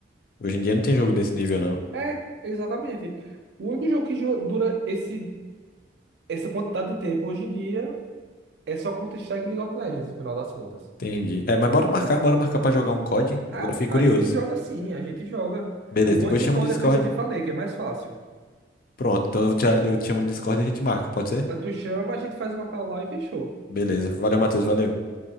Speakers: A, on the left; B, on the right.
A: Hoje em dia não tem jogo
B: É,
A: desse nível, não.
B: é, exatamente. O único jogo que jo- dura esse, essa quantidade de tempo hoje em dia É só Counter-Strike e League of Legends, no final das contas.
A: Entendi. É, mas bora marcar,
B: O-
A: bora marcar pra jogar um COD. Agora
B: Ah,
A: eu fiquei
B: a
A: curioso.
B: gente joga sim, a gente joga.
A: Beleza,
B: O bom
A: depois
B: é que
A: chama
B: o código
A: no Discord.
B: é feito, eu te falei, que é mais fácil.
A: Pronto, então eu te, eu te chamo no Discord e a gente marca, pode ser?
B: Ah, Tu chama, a gente faz uma call lá e fechou.
A: Beleza. Valeu, Matheus. Valeu.